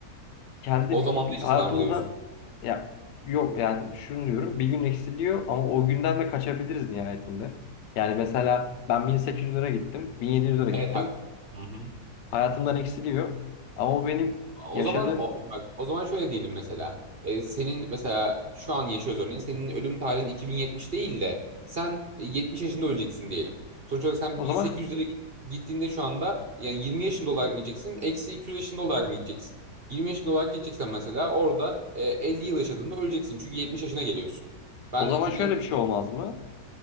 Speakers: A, on the left (about 85°); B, on the right (about 45°).
A: kendi
B: O zaman
A: bir,
B: da
A: bir
B: hiç
A: hayatımızdan
B: sarma diyorsun.
A: ya yok yani şunu diyorum bir gün eksiliyor ama o günden de kaçabiliriz nihayetinde. Yani mesela ben 1800 lira gittim, 1700 lira gittim.
B: Evet hak. Hı hı.
A: Hayatımdan eksiliyor ama o benim
B: O
A: yaşadığım
B: zaman o, bak o zaman şöyle diyelim mesela. E, senin mesela şu an yaşıyoruz örneğin. Senin ölüm tarihin 2070 değil de sen e, 70 yaşında öleceksin diyelim. Sonuç olarak sen
A: o
B: 1800'lere
A: zaman
B: git- gittiğinde şu anda yani 20 yaşında olarak mı gideceksin? Eksi 200 yaşında olarak mı gideceksin? 20 yaşında olarak gideceksen mesela orada e, 50 yıl yaşadığında öleceksin. Çünkü 70 yaşına geliyorsun. Ben
A: o zaman
B: 2070...
A: şöyle bir şey olmaz mı?